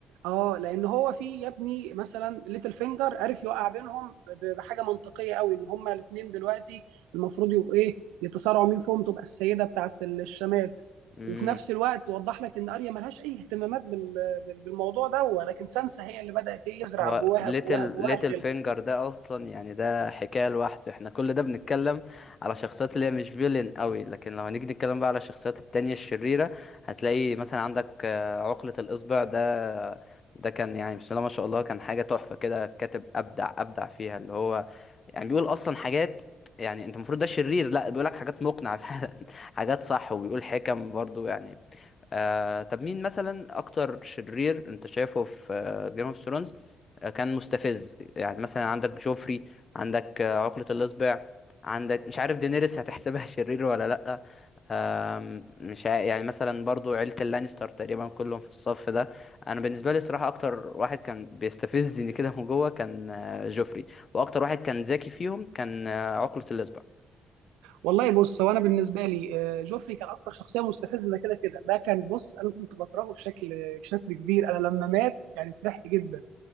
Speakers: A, on the right; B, on the left.
A: اه لان هو في يا ابني مثلا ليتل فينجر عرف يوقع بينهم ب- بحاجه منطقيه قوي ان هما الاثنين دلوقتي المفروض يبقوا ايه يتصارعوا مين فيهم تبقى السيده بتاعت ال- الشمال
B: مم.
A: وفي نفس الوقت وضح لك ان اريا ملهاش اي اهتمامات بال- بال- بالموضوع ده ولكن سانسا هي اللي بدات ايه يزرع
B: هو
A: جواها
B: ليتل
A: جواها جواها
B: ليتل
A: الغل
B: فينجر ده اصلا يعني ده حكايه لوحده احنا كل ده بنتكلم على شخصيات اللي هي مش فيلن قوي لكن لو هنيجي نتكلم بقى على الشخصيات التانية الشريره هتلاقي مثلا عندك آه، عقله الاصبع ده ده كان يعني بسم الله ما شاء الله كان حاجه تحفه كده كاتب ابدع ابدع فيها اللي هو يعني بيقول اصلا حاجات يعني انت المفروض ده شرير لا بيقول لك حاجات مقنعه <laughs> فعلا حاجات صح وبيقول حكم برضو يعني آه طب مين مثلا اكتر شرير انت شايفه في جيم اوف ثرونز كان مستفز يعني مثلا عندك جوفري عندك آه، عقلة الإصبع عندك مش عارف دينيريس هتحسبها <laughs> شرير ولا لأ آم، مش عا- يعني مثلا برضو عيلة اللانستر تقريبا كلهم في الصف ده أنا بالنسبة لي صراحة أكتر واحد كان بيستفزني كده من جوه كان آه، جوفري وأكتر واحد كان ذكي فيهم كان آه، عقلة الإصبع
A: والله بص هو انا بالنسبه لي آه، جوفري كان اكتر شخصيه مستفزه ده كده كده ده كان بص انا كنت بكرهه بشكل بشكل كبير انا لما مات يعني فرحت جدا